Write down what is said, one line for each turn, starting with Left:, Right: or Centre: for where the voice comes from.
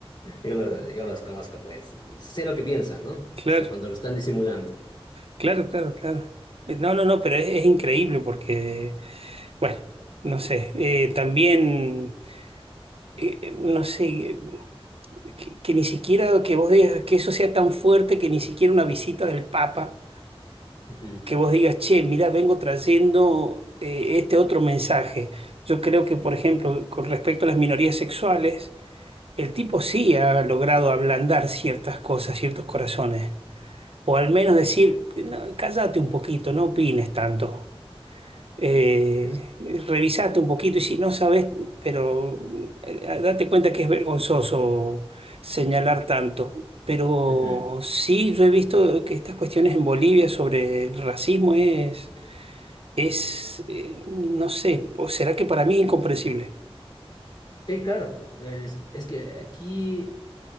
Left: yo, lo- yo los conozco, pues sé lo que piensan, ¿no?
Right: claro,
Left: Hasta cuando lo están disimulando.
Right: claro, claro, claro. Eh, No, no, no, pero es, es increíble porque, bueno, no sé, eh, también... eh, eh, no sé, que, que ni siquiera que vos digas que eso sea tan fuerte que ni siquiera una visita del Papa,
Left: Ujú,
Right: que vos digas, che, mira, vengo trayendo eh, este otro mensaje. Yo creo que,
Left: ujú,
Right: por ejemplo, con respecto a las minorías sexuales, el tipo sí ha logrado ablandar ciertas cosas, ciertos corazones, o al menos decir, "No, cállate un poquito, no opines tanto. eh,
Left: ya,
Right: revisate un poquito y si no sabes, pero eh, date cuenta que es vergonzoso señalar tanto. Pero
Left: ujú.
Right: sí, yo he visto que estas cuestiones en Bolivia sobre el racismo es, es, eh, no sé, o será que para mí es incomprensible.
Left: Sí, claro. Es, es que aquí